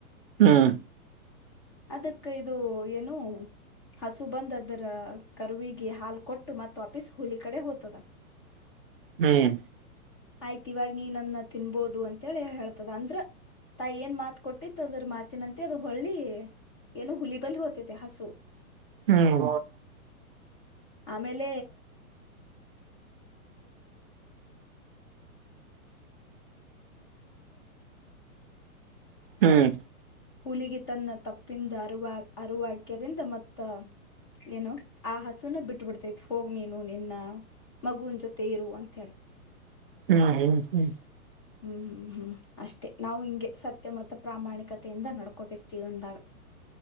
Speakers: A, on the right; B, on the left.
A: ಹ್ಮ್
B: ಅದಕ್ಕ ಇದು ಅದು ಏನು ಹಸು ಬಂದ ಅದರ ಕರುವಿಗೆ ಹಾಲು ಕೊಟ್ಟು ಮತ್ತ ವಾಪೀಸ್ ಹುಲಿ ಕಡೆ ಹೋಯಿತದ
A: ಹ್ಮ್
B: ಆಯ್ತು ಇವಾಗ ನೀನನ್ನ ತಿನ್ಬೋದು ಅಂತೇಳಿ ಹೇಳ್ತದ ಅಂದ್ರ ತಾಯಿ ಏನ್ ಮಾತ ಕೊಟ್ಟಿತ್ತು ಅದ್ರ ಮಾತಿನಂತೆ ಅದ ಹೊಳ್ಳಿ ಏನು ಹುಲಿ ಬಲ್ ಹೋತಾಯಿತೇ ಹಸು
A: ಹ್ಮ್
B: ಅಮೇಲ್
A: ಹ್ಮ್
B: ಹುಲಿಗೆ ತನ್ನ ತಪ್ಪಿಂದ ಅರುವ ಅರುವರುವಕ್ಯದಿಂದ ಮತ್ತ ಏನು ಆ ಹಸುನ ಬಿಟ್ಬಿಡ್ತೈತಿ ಹೋಗ ನೀನು ನಿನ್ನ ಮಗುವನ್ ಜೊತೆ ಇರು ಅಂತ ಹೇಳಿ
A: ಹ್ಮ ಹ್ಮ ಹ್ಮ
B: ಹ್ಮ್ ಹ್ಮ್ ಹ್ಮ್ ಅಷ್ಟೇ ನಾವು ಹಿಂಗೆ ಸತ್ಯ ಮತ್ತು ಪ್ರಾಮಾಣಿಕತೆಯಿಂದ ನಡ್ಕೋಬೇಕ್ ಜೀವನ್ದಾಗ